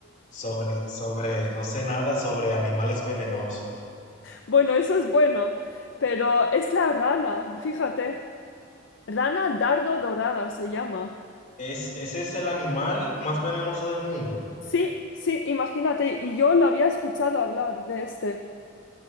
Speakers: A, on the left; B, on the left.
A: sobre, sobre, no sé nada sobre animales venenosos.
B: Bueno, eso es bueno, pero es la rana, fíjate. Rana dardo dorada se llama.
A: ¿Es, ese es el animal más venenoso del mundo?
B: Sí, sí, imagínate, y yo lo había escuchado hablar de este.